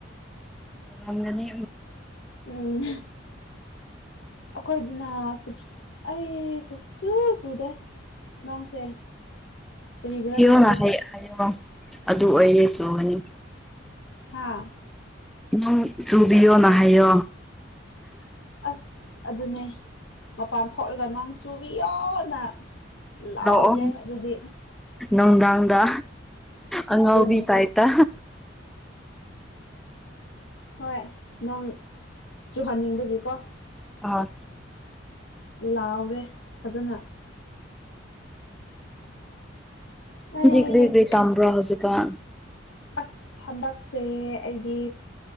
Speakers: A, in the centre; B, on the left.
A: ꯑꯗꯤ
B: ꯎꯝ ꯑꯩꯈꯣꯏꯗꯨꯅ ꯍꯥꯎꯔꯁꯨ ꯑꯩ ꯁꯨꯛ ꯆꯨ ꯆꯨꯗꯦ ꯅꯣꯡꯁꯦ ꯀꯔꯤꯒꯤꯔꯥ
A: ꯆꯨꯕꯤꯌꯣꯅ
B: ꯈꯪꯗꯦ
A: ꯍꯥꯏꯌꯦ ꯍꯥꯏꯌꯣ ꯑꯗꯨ ꯑꯣꯏꯔꯦ ꯆꯨꯕꯅꯤ
B: ꯍꯥꯥ
A: ꯅꯣꯡ ꯆꯨꯕꯤꯌꯣꯅ ꯍꯥꯏꯌꯣ
B: ꯑꯁ ꯑꯗꯨꯅꯦ ꯃꯄꯥꯟ ꯊꯣꯛꯂꯒ ꯅꯪ ꯆꯨꯕꯤꯌꯣ ꯀꯅ ꯂꯥꯎꯒꯦ
A: ꯂꯥꯛꯑꯣ
B: ꯑꯗꯨꯗꯤ
A: ꯅꯨꯡꯗꯥꯡꯗ ꯑꯉꯥꯎꯕꯤ
B: ꯑꯗꯨꯅꯦ
A: ꯇꯥꯏꯞꯇ
B: ꯍꯣꯏ ꯅꯣꯡ ꯆꯨꯍꯟꯅꯤꯡꯕꯒꯤꯀꯣ
A: ꯑꯥꯁ
B: ꯂꯥꯎꯑꯣꯒꯦ ꯐꯖꯅ ꯑꯩ
A: ꯀꯔꯤ ꯀꯔꯤ ꯇꯝꯕ꯭ꯔꯥ ꯍꯧꯖꯤꯀꯥꯟ
B: ꯑꯁ ꯍꯟꯗꯛꯁꯦ ꯑꯩꯗꯤ